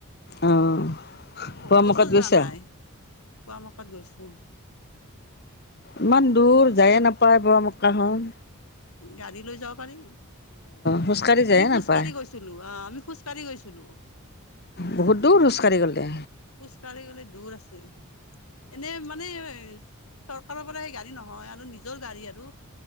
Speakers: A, on the left; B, on the left.
A: অ',
B: বহুত
A: পোৱামক্কাত
B: বছৰ যোৱা
A: গৈছা
B: নাই পুৱা মকাত গৈছো।
A: ইমান দূৰ যায়ে নাপায় বোৱা খন।
B: গাড়ী লৈ যাব পাৰি।
A: খোজকাঢ়ি যায়ে
B: আমি খোজ
A: নাপায়
B: কাঢ়ি গৈছিলো আহ আমি খোজ কাঢ়ি গৈছিলো,
A: বহুত দূৰ খোজকাঢ়ি গ'লে
B: খোজ কাঢ়ি গলে দূৰ আছে এনে মানে চৰকাৰৰ পৰা এই গাড়ী নহয় আৰু নিজৰ গাড়ী আৰু।